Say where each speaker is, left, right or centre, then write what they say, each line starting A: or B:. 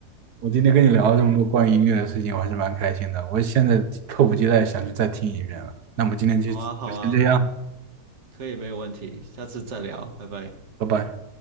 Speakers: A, on the right; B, on the right.
A: 我今天跟你聊了这么多关于音乐的事情，我还是蛮开心的。我现在迫不及待想去再听一遍了。那我们今天就就先这样，
B: <laughs> 好啊，好啊，可以，没有问题，下次再聊，拜拜。
A: 拜拜。